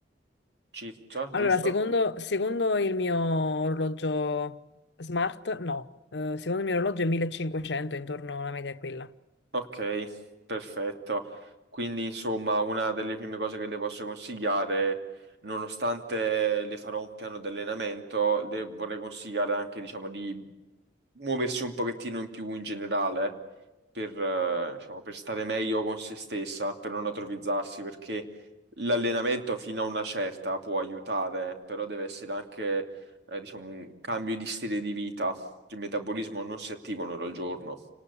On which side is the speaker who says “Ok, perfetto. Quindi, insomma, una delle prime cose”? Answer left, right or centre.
Right